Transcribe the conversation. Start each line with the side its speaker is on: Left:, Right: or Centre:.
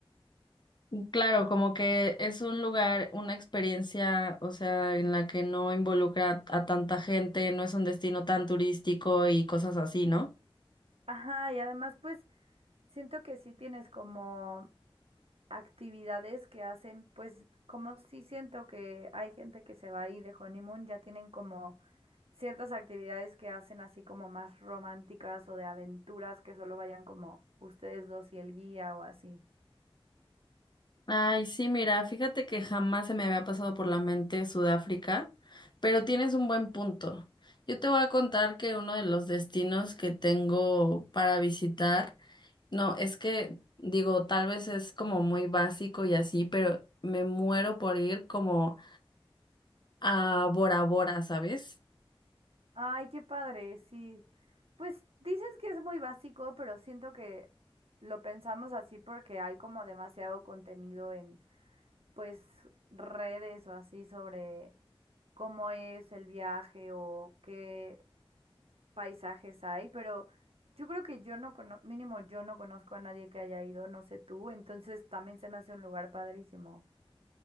Left: Claro, como que es un lugar, una experiencia, o sea, en la que no involucra a tanta gente, no es un destino tan turístico y cosas así, ¿no?
Right: Ajá, y además, pues siento que sí tienes como actividades que hacen, pues como sí siento que hay gente que se va ahí de honeymoon, ya tienen como ciertas actividades que hacen así como más románticas o de aventuras que solo vayan como ustedes dos y el guía o así.
Left: Ay, sí, mira, fíjate que jamás se me había pasado por la mente Sudáfrica, pero tienes un buen punto. Yo te voy a contar que uno de los destinos que tengo para visitar, no, es que digo, tal vez es como muy básico y así, pero me muero por ir como a Bora Bora, ¿sabes?
Right: Ay, qué padre, sí. Pues dices que es muy básico, pero siento que lo pensamos así porque hay como demasiado contenido en, pues, redes o así sobre cómo es el viaje o qué paisajes hay, pero yo creo que yo no conozco, mínimo yo no conozco a nadie que haya ido, no sé tú, entonces también se me hace un lugar padrísimo.